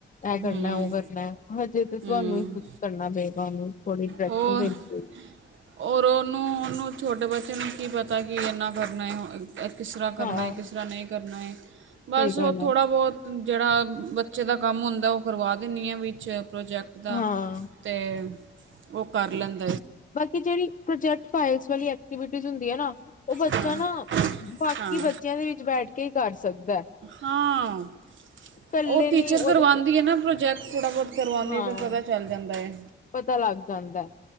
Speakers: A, on the left; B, on the right.
A: ਇਹ ਕਰਨਾ
B: ਹੂੰ
A: ਉਹ ਕਰਨਾ ਹਜੇ ਤਾਂ ਤੁਹਾਨੂੰ
B: ਹੂੰ
A: ਹੀ ਖੁੱਦ ਕਰਨਾ ਪਏ, ਹਾਂ, ਥੋੜ੍ਹੀ ਇਟਰੈਕਸ਼ਨ
B: ਹੋਰ
A: ਦੇਣੀ ਪਏਗੀ
B: ਔਰ ਉਹਨੂੰ ਉਹਨੂੰ ਛੋਟੇ ਬੱਚੇ ਨੂੰ ਕੀ ਪਤਾ ਕਿ ਇੰਨਾ ਕਰਨਾ ਐ। ਕਿਸ ਤਰ੍ਹਾਂ ਕਰਨਾ
A: ਹਾਂ
B: ਹੈ ਕਿਸ ਤਰ੍ਹਾਂ ਨਹੀਂ ਕਰਨਾ ਹੈ।
A: ਸਹੀ
B: ਬਸ
A: ਗੱਲ
B: ਉਹ
A: ਹੈ।
B: ਥੋੜ੍ਹਾ ਬਹੁਤ, ਜਿਹੜਾ ਬੱਚੇ ਦਾ ਕੰਮ ਹੁੰਦਾ ਉਹ ਕਰਵਾ ਦੇ ਨਹੀਂ ਹੈ ਵਿੱਚ ਪ੍ਰੋਜੈਕਟ ਦਾ
A: ਹਾਂ
B: ਤੇ, ਉਹ ਕਰ ਲੈਂਦੇ।
A: ਬਾਕੀ ਜਿਹੜੀ ਪ੍ਰੋਜੈਕਟ ਫਾਈਲਜ਼ ਵਾਲੀ ਐਕਟੀਵਿਟੀ ਹੁੰਦੀ ਆ ਨਾ ਉਹ ਬੱਚਾ
B: ਹਾਂ
A: ਨਾ, ਬਾਕੀ ਬੱਚਿਆਂ
B: ਹਾਂ
A: ਦੇ ਵਿੱਚ ਬੈਠ ਕੇ ਹੀ ਕਰ, ਸਕਦਾ।
B: ਹਾਂ
A: ਇਕੱਲੇ
B: ਉਹ ਟੀਚਰ
A: ਨੀ ਉਹਦੇ
B: ਕਰਵਾਦੀ
A: ਕੋ
B: ਹੈ ਨਾ ਪ੍ਰੋਜੈਕਟ, ਥੋੜ੍ਹਾ ਬਹੁਤ ਕਰਵਾਦੇ
A: ਹਾਂ
B: ਹੈ ਤਾਂ ਪਤਾ ਚੱਲ ਜਾਂਦਾ ਏ।
A: ਪਤਾ ਲੱਗ ਜਾਂਦਾ ਹੈ